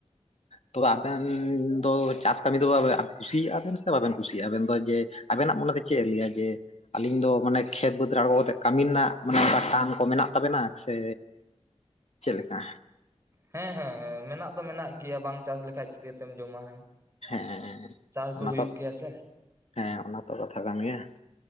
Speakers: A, on the left; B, on the right.
A: ᱛᱚᱵᱮ ᱟᱵᱮᱱ ᱫᱚ ᱪᱟᱥ ᱠᱟᱹᱢᱤ ᱫᱚ <inaudible> ᱠᱩᱥᱤᱭᱟᱜᱼᱟ ᱵᱮᱱ ᱥᱮ ᱵᱟᱵᱮᱱ ᱠᱩᱥᱤᱭᱟᱜᱼᱟ ᱟᱵᱮᱱ ᱫᱚ ᱡᱮ ᱟᱵᱮᱱᱟᱜ ᱢᱚᱱᱮ ᱫᱚ ᱪᱮᱫ ᱮ ᱞᱟᱹᱭᱟ ᱡᱮ? ᱟᱹᱞᱤᱧ ᱫᱚ ᱢᱟᱱᱮ ᱠᱷᱮᱛ ᱵᱟᱹᱫᱽ ᱟᱬᱜᱚ ᱠᱟᱛᱮᱜ ᱠᱟᱹᱢᱤ ᱨᱮᱱᱟᱜ ᱢᱟᱱᱮ ᱴᱟᱱ ᱠᱚ ᱢᱮᱱᱟᱜ ᱛᱟᱵᱮᱱᱟ ᱥᱮ ᱪᱮᱫ ᱞᱮᱠᱟ?
B: ᱦᱮᱸ ᱦᱮᱸ, ᱢᱮᱱᱟᱜ ᱫᱚ ᱢᱮᱱᱟᱜ ᱜᱮᱭᱟ ᱵᱟᱝ ᱪᱟᱥ ᱞᱮᱠᱷᱟᱡ ᱪᱤᱠᱟᱹᱛᱮᱢ ᱡᱚᱢᱟ ᱦᱮᱸ᱾
A: ᱦᱮᱸ
B: ᱪᱟᱥ ᱫᱚ
A: ᱚᱱᱟ
B: ᱦᱩᱭᱩᱜ
A: ᱛᱚ
B: ᱜᱮᱭᱟ ᱥᱮ᱾
A: ᱦᱮᱸ ᱚᱱᱟ ᱛᱚ ᱠᱟᱛᱷᱟ ᱠᱟᱱ ᱜᱮᱭᱟ᱾ ᱦᱮᱸ᱾